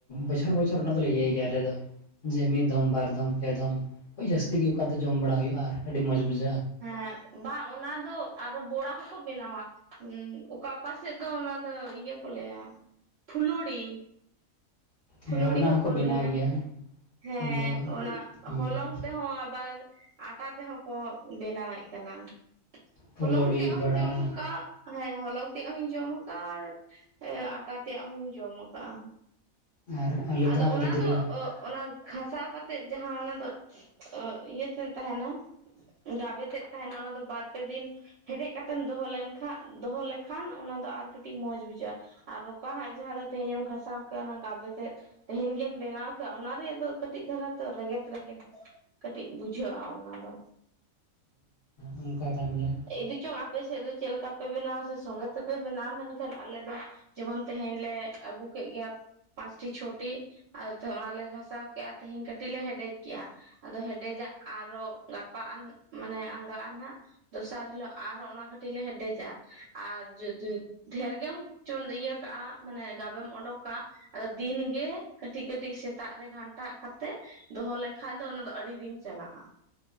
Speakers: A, on the left; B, on the right.
A: ᱵᱚᱪᱷᱚᱨ ᱵᱚᱪᱷᱚᱨ ᱚᱱᱟ ᱫᱚᱞᱮ ᱤᱭᱟᱹᱭ ᱜᱮᱭᱟ ᱟᱞᱮ ᱫᱚ ᱡᱮ ᱢᱤᱫ ᱫᱚᱢ ᱵᱟᱨ ᱫᱚᱢ ᱯᱮ ᱫᱚᱢ ᱡᱟᱹᱥᱛᱤ ᱜᱮ ᱚᱠᱟ ᱫᱚ ᱡᱚᱢ ᱵᱟᱲᱟ ᱦᱩᱭᱩᱜᱼᱟ ᱟᱹᱰᱤ ᱢᱚᱡᱽ ᱵᱩᱡᱷᱟᱹᱜᱼᱟ
B: ᱦᱮᱸ ᱵᱟᱝ ᱚᱱᱟ ᱫᱚ ᱟᱨᱦᱚ ᱵᱚᱲᱟ ᱦᱚᱸ ᱠᱚ ᱵᱮᱱᱟᱣᱟ ᱚᱠᱟ ᱚᱠᱟ ᱥᱮᱫ ᱫᱚ ᱚᱱᱟ ᱫᱚ ᱤᱭᱟᱹ ᱠᱚ ᱞᱟᱹᱭᱟ ᱯᱷᱩᱞᱩᱲᱤ ᱯᱷᱩᱞᱩᱲᱤ
A: ᱦᱮᱸ ᱚᱱᱟ
B: ᱦᱚᱠᱚ
A: ᱦᱚᱸᱠᱚ ᱵᱮᱱᱟᱣ
B: ᱞᱟᱹᱭᱟ
A: ᱜᱮᱭᱟ
B: ᱦᱮᱸ
A: ᱟᱫᱚ
B: ᱚᱱᱟ
A: ᱦᱮᱸ
B: ᱦᱚᱞᱚᱝ ᱛᱮᱦᱚᱸ ᱟᱵᱟᱨ ᱟᱴᱟ ᱛᱮᱦᱚᱸ ᱠᱚ ᱵᱮᱱᱟᱣᱮᱫ ᱠᱟᱱᱟ
A: ᱯᱷᱩᱞᱳᱲᱤ
B: ᱦᱚᱞᱚᱝ ᱛᱮᱭᱟᱜ
A: ᱵᱟᱲᱟ
B: ᱦᱚᱧ ᱡᱚᱢ ᱟᱠᱟᱫ ᱦᱮᱸ ᱦᱚᱞᱚᱝ ᱛᱮᱭᱟᱜ ᱦᱚᱧ ᱡᱚᱢ ᱟᱠᱟᱟᱜᱼᱟ ᱟᱨ ᱟᱴᱟ ᱛᱮᱭᱟᱜ ᱦᱚᱧ ᱡᱚᱢ ᱟᱠᱟᱜᱼᱟ
A: ᱟᱨ ᱟᱞᱮ ᱫᱚ
B: ᱟᱫᱚ
A: ᱦᱟᱸᱜ
B: ᱚᱱᱟ
A: ᱜᱤᱫᱽᱨᱟᱹ
B: ᱫᱚ ᱚᱱᱟ ᱜᱷᱟᱥᱟᱣ ᱠᱟᱛᱮ ᱡᱟᱦᱟᱸ ᱚᱱᱟ ᱫᱚ ᱚ ᱤᱭᱟᱹ ᱛᱮᱫ ᱛᱟᱦᱮᱱᱟ ᱜᱟᱵᱮᱛᱮᱫ ᱛᱟᱦᱮᱱᱟ ᱚᱱᱟ ᱫᱚ ᱵᱟᱨᱯᱮ ᱫᱤᱱ ᱦᱮᱰᱮᱡ ᱠᱟᱛᱮᱢ ᱫᱚᱦᱚ ᱞᱮᱱᱠᱷᱟᱱ ᱫᱚᱦᱚ ᱞᱮᱠᱷᱟᱱ ᱚᱱᱟ ᱟᱨ ᱠᱟᱹᱴᱤᱡ ᱢᱚᱸᱡᱽ ᱵᱩᱡᱷᱟᱹᱜᱼᱟ ᱟᱨ ᱨᱚᱠᱟ ᱦᱟᱜᱜ ᱡᱟᱦᱟᱸ ᱫᱚ ᱛᱮᱦᱮᱧᱮ ᱮᱢ ᱜᱷᱟᱥᱟᱣ ᱠᱟᱜ-ᱟ ᱚᱱᱟ ᱜᱟᱵᱮ ᱛᱮᱦᱮᱧ ᱜᱮᱢ ᱵᱮᱱᱟᱣ ᱠᱟᱜ ᱚᱱᱟ ᱨᱮᱭᱟᱜ ᱫᱚ ᱠᱟᱹᱴᱤᱡ ᱫᱷᱟᱨᱟ ᱛᱚ ᱨᱮᱸᱜᱮᱛ ᱨᱮᱸᱜᱮᱛ ᱠᱟᱹᱴᱤᱡ ᱵᱩᱡᱷᱟᱹᱜᱼᱟ ᱚᱱᱟ ᱫᱚ
A: ᱚᱱᱠᱟ ᱠᱟᱱ ᱜᱮᱭᱟ
B: ᱮᱫᱮᱪᱚᱝ ᱟᱯᱮ ᱥᱮᱫ ᱫᱚ ᱪᱮᱫᱞᱮᱠᱟ ᱯᱮ ᱵᱮᱱᱟᱣᱟ ᱥᱚᱝᱜᱮ ᱛᱮᱯᱮ ᱵᱮᱱᱟᱣᱟ ᱢᱮᱱᱠᱷᱟᱱ ᱟᱞᱮ ᱫᱚ ᱡᱮᱢᱚᱱ ᱛᱮᱦᱮᱧ ᱞᱮ ᱟᱹᱜᱩ ᱠᱮᱫ ᱜᱮ ᱯᱟᱸᱪᱴᱤ ᱪᱷᱚᱴᱤ ᱟᱫᱚ ᱚᱱᱟᱞᱮ ᱜᱷᱟᱥᱟᱣ ᱠᱮᱜᱼᱟ ᱛᱮᱦᱮᱧ ᱠᱟᱹᱴᱤᱡ ᱞᱮ ᱦᱮᱰᱮᱡ ᱠᱮᱜᱼᱟ ᱟᱫᱚ ᱦᱮᱰᱮᱡᱟᱜ ᱟᱨᱚ ᱜᱟᱯᱟᱼᱟᱱ ᱢᱟᱱᱮ ᱟᱸᱜᱟᱜᱼᱟ ᱱᱟᱦᱟᱜ ᱫᱚᱥᱟᱨ ᱦᱤᱞᱳ ᱟᱨᱦᱚᱸ ᱚᱱᱟ ᱠᱟᱹᱴᱤᱡ ᱞᱮ ᱦᱮᱰᱮᱡᱟ ᱟᱨ ᱡᱩᱫᱤ ᱰᱷᱮᱨ ᱜᱮᱢ ᱪᱚᱱ ᱤᱭᱟᱹ ᱠᱟᱜᱼᱟ ᱢᱟᱱᱮ ᱜᱟᱵᱮᱢ ᱚᱰᱳᱠᱟ ᱟᱫᱚ ᱫᱤᱱ ᱜᱮ ᱠᱟᱹᱴᱤᱡ ᱠᱟᱹᱴᱤᱡ ᱥᱮᱛᱟᱜ ᱨᱮ ᱜᱷᱟᱱᱴᱟᱜ ᱠᱟᱛᱮ ᱫᱚᱦᱚ ᱞᱮᱠᱷᱟᱡ ᱫᱚ ᱚᱱᱟ ᱫᱚ ᱟᱹᱰᱤ ᱫᱤᱱ ᱪᱟᱞᱟᱜᱼᱟ ᱞᱟᱜ ᱟ